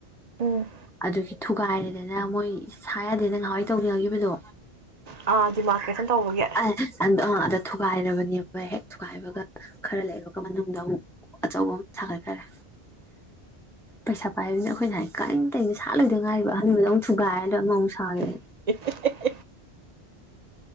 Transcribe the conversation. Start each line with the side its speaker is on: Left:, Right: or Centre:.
Right: ꯎꯝ
Centre: ꯑꯗꯨꯒꯤ ꯊꯨꯒꯥꯏꯔꯦꯗꯅ ꯃꯣꯏ ꯁꯥ ꯌꯥꯗꯦꯅ ꯉꯍꯥꯟꯋꯥꯏ ꯇꯧꯅꯤꯡꯉꯈꯤꯕꯗꯣ
Right: ꯑꯥ ꯗꯤꯃꯥꯔꯀꯦꯁꯟ ꯇꯧꯕꯒꯤ
Centre: ꯑ ꯑ ꯊ ꯊꯨꯒꯥꯏꯔꯕꯅꯦꯕ ꯍꯦꯛ ꯊꯨꯒꯥꯏꯕꯒ ꯈꯔ ꯂꯩꯕꯒ ꯃꯅꯨꯡꯗ ꯑꯃꯨ ꯑꯆꯧꯕ ꯑꯃ ꯁꯥꯒꯠꯈꯔꯦ ꯄꯩꯁꯥ ꯄꯥꯏꯕꯅꯤꯅ ꯑꯩꯈꯣꯏꯅ ꯍꯥꯏ ꯀꯥꯏꯅ ꯇꯩꯅ ꯁꯠ ꯂꯣꯏꯗ ꯉꯥꯏꯔꯤꯕ ꯑꯟꯥꯟꯕꯗꯧꯛ ꯊꯨꯒꯥꯏꯔꯒ ꯑꯃꯧꯛ ꯁꯥꯒꯦ
Right: <inaudible>